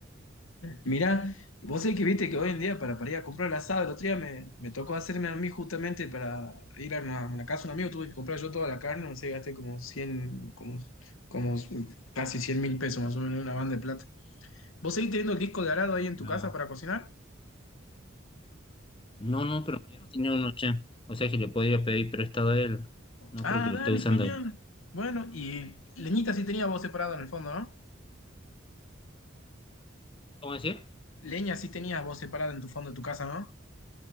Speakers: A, on the left; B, on the left.
A: Mirá, vos sabés que viste que hoy en día para, para ir a comprar el asado, el otro día me, me tocó hacerme a mí justamente para ir a una, una casa de un amigo, tuve que comprar yo toda la carne, no sé, gasté como cien como, como casi cien mil pesos más o menos una banda de plata. ¿Vos seguís teniendo el disco de arado ahí en tu
B: Ah,
A: casa para cocinar?
B: No, no, pero yo no tenía uno ya. O sea que le podría pedir prestado a él. No
A: Ah,
B: creo que lo
A: dale,
B: esté usando.
A: genial. Bueno, y leñita sí tenías vos separada en el fondo, ¿no?
B: ¿Cómo decía?
A: Leña sí tenías vos separada en tu fondo de tu casa, ¿no?